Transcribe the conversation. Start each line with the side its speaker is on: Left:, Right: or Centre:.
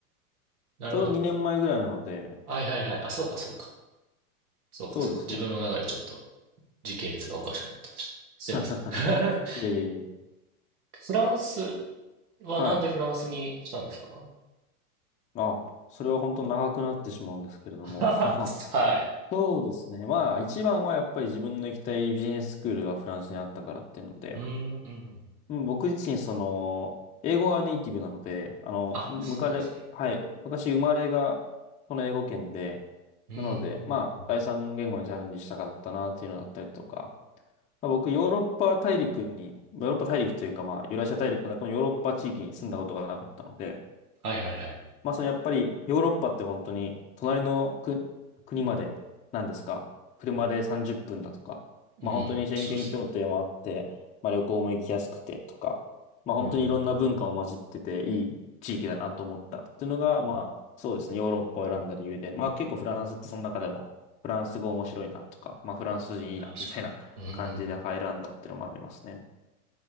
Right: なるほど。
Left: ちょうど2年前ぐらいなので、
Right: はいはいはい。あ、そうかそうか。そうかそうか。
Left: そうですね。
Right: 自分の中でちょっと時系列がおかしくなってました。すいません。
Left: <laughs>
Right: <laughs>
Left: いやいやいや。
Right: フランス、はなんでフランスにしたんですか
Left: はい。あ、それは本当長くなってしまうんですけれども。
Right: <laughs>
Left: <laughs>
Right: はい。
Left: そうですね。まあ、一番はやっぱり自分の行きたいビジネススクールがフランスにあったからっていうので、
Right: うん、うん。
Left: うん僕自身、その、英語はネイティブなので、あの、
Right: あ、
Left: むかれ、
Right: そうなんですね。
Left: はい、昔生まれがこの英語圏で、
Right: うん、うん、
Left: なので、まあ、
Right: うん。
Left: 第三言語にチャレンジしたかったなっていうのだったりとか、まあ、僕、ヨーロッパ大陸に、ヨーロッパ大陸というか、まあ、ユーラシア大陸の中のヨーロッパ地域に住んだことがなかったので、
Right: はいはいはい。
Left: まあ、そのやっぱりヨーロッパって本当に隣の国、国まで何ですか、車で30分だとか、
Right: うん、
Left: まあ、本当に宣言協定もあって、
Right: そうですね。
Left: まあ、旅行も行きやすくてとか、まあ、本当にいろんな文化も混じってていい地域だなと思ったっていうのが、
Right: うん、うん、うん。
Left: まあ、そうですね、ヨーロッパを選んだ理由で、まあ、結構フランスってその中でもフランス語面白いなとか、まあ、フランス人いいなみたいな感じで入らんだっていうのもありますね。
Right: 確かに。うん。